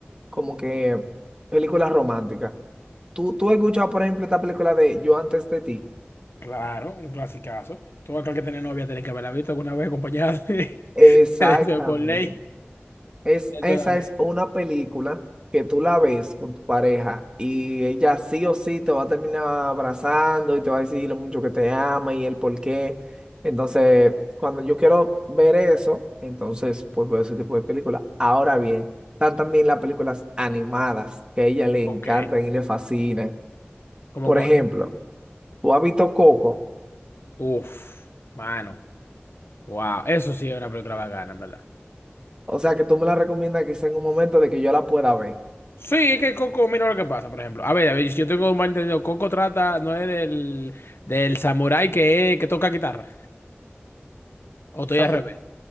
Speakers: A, on the right; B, on the left.
A: como que películas románticas. ¿Tú, tú has escuchado, por ejemplo, esta película de Yo antes de ti?
B: Claro, un clasicazo. Todo aquel que tiene novia tiene que haberla visto alguna vez acompañada de,
A: Exactamente.
B: <laughs> de eso es por ley.
A: Es,
B: Eso
A: esa
B: es la ley.
A: es una película que tú la ves con tu pareja y ella sí o sí te va a terminar abrazando y te va a decir lo mucho que te ama y el por qué. Entonces, cuando yo quiero ver eso, entonces pues veo ese tipo de película. Ahora bien, están también las películas animadas que a ella le encantan
B: Ok.
A: y le fascinan.
B: ¿Cómo
A: Por
B: cuál?
A: ejemplo, tú has visto Coco,
B: Uf, mano. Wow, eso sí es una película bacana, en verdad.
A: o sea que tú me la recomiendas que sea en un momento de que yo la pueda ver.
B: Sí, es que Coco, mira lo que pasa, por ejemplo. A ver, a ver, si yo tengo un malentendido. Coco trata, no es del, del samurái que, que toca guitarra. O estoy
A: Samurai,
B: al revés.